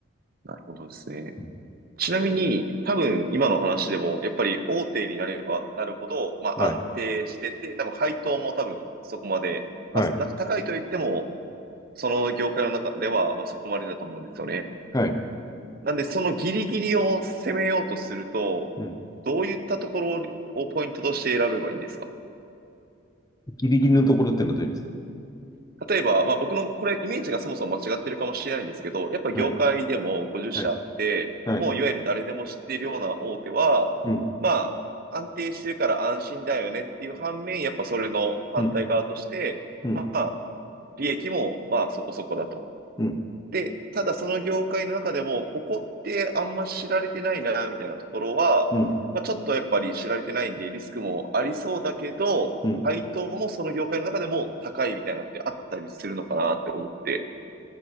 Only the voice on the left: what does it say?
うん、
はい、
はい、
はい。
うん。
ギリギリのところっていうのはどういうんですか
はい、はい、はい。
うん、
うん、うん、
うん、
うん、
うん。